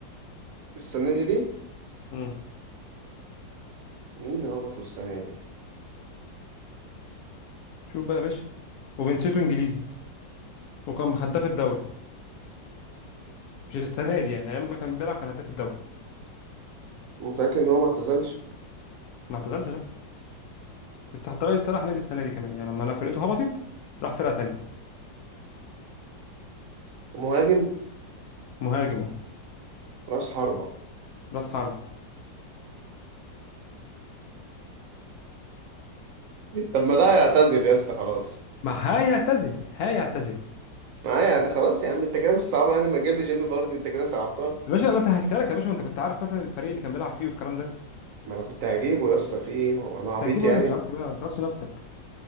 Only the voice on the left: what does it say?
امم
شوف بقى يا باشا وجنسيته انجليزي وكان هداف الدوري مش السنه دي يعني ايام ما كان بيلعب كان هداف الدوري
ما اعتزلش لا بس حتى رئيس صلاح نادي السنه دي كمان يعني لما انا فرقته هبطت راح فرقه تانيه
مهاجم اهو
راس حربه
ما هيعتزل هيعتزل
يا باشا انا سهلتها لك يا باشا وانت كنت عارف مثلا الفريق اللي كان بيلعب فيه والكلام ده
مش هتجيبه
يا باشا انت عارف بقى ما تعرفش نفسك